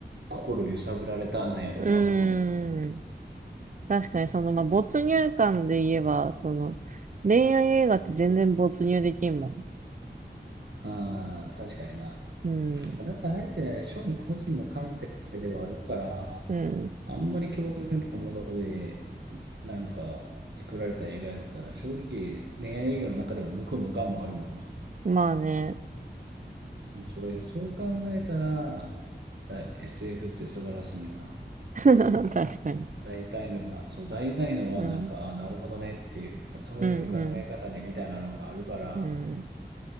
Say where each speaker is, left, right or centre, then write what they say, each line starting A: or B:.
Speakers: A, on the right; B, on the right.
A: 心揺さぶられたなんやろうなと思うわ。
B: うん。確かに、その、まあ、没入感で言えば、その、恋愛映画って全然没入できんも
A: ああ、確かにな。
B: ん。うん。
A: だってあれって、正味個人の感性ではあるから、
B: うん。
A: あんまり共感がないもので、なんか作られた映画やったら、正直恋愛映画の中でも無垢無感もあるもんな。
B: まあね。
A: それ、そう考えたら、あ SF って素晴らしいんよな。
B: <laughs> 確かに。
A: 大体のが、そう、大体のはなんか、
B: うん。
A: あ、なるほどねっていう、そういう考え方ねみたいなのがあるから、
B: うん、うん。うん。